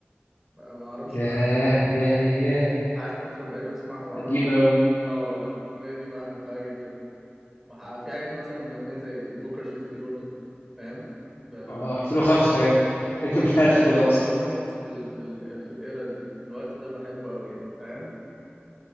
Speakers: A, in the centre; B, on the left.
A: ما ما أعرفش
B: ياه
A: بقى
B: ياه ياه ياه
A: قعدت فترة بقالي بسمعها ما أعرفش
B: قديم
A: ليه
B: أوي
A: أه والله الأغنية دي بحبها جدا وح- في حاجات مثلا أغنية زي بوكر فيس دي برضه فاهم ب-
B: اه 2005 الحاجات دي الحاجات
A: ب-
B: دي كلها 2005
A: بموت في ال في ال في الإيرا دي في الوقت ده بحبه أوي يعني فاهم